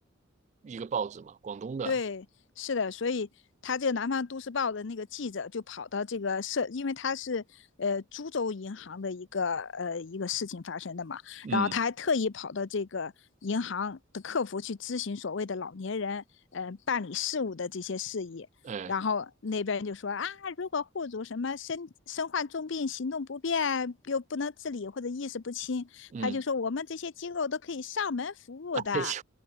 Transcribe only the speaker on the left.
对，是的，所以他这个《南方都市报》的那个记者就跑到这个社，因为他是呃株洲银行的一个呃一个事情发生的嘛，
然后他还特意跑到这个银行的客服去咨询所谓的老年人呃办理事务的这些事宜，
然后那边就说啊，如果户主什么身身患重病、行动不便又不能自理或者意识不清，
他就说我们这些机构都可以上门服务的。